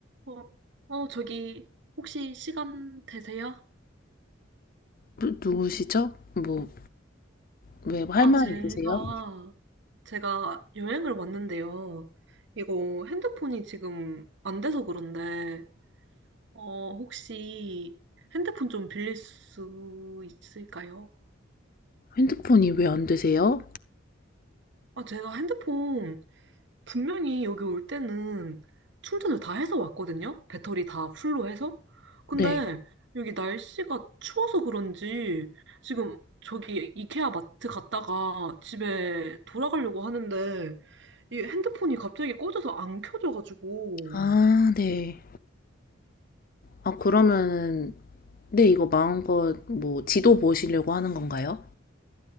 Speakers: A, on the right (about 65°); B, on the left (about 50°).
A: 어, 어, 저기, 혹시 시간 되세요?
B: 누- 누구시죠? 뭐, 왜 할
A: 아,
B: 말
A: 제가,
B: 있으세요?
A: 제가 여행을 왔는데요. 이거 핸드폰이 지금 안 돼서 그런데, 어, 혹시 핸드폰 좀 빌릴 수 있을까요?
B: 핸드폰이 왜 안 되세요?
A: 아, 제가 핸드폰 분명히 여기 올 때는 충전을 다 해서 왔거든요? 배터리 다 풀로 해서? 근데
B: 네.
A: 여기 날씨가 추워서 그런지 지금 저기 이케아 마트 갔다가 집에 돌아가려고 하는데 이 핸드폰이 갑자기 꺼져서 안 켜져가지고
B: 아, 네. 아, 그러면은, 네, 이거 마음껏 뭐 지도 보시려고 하는 건가요?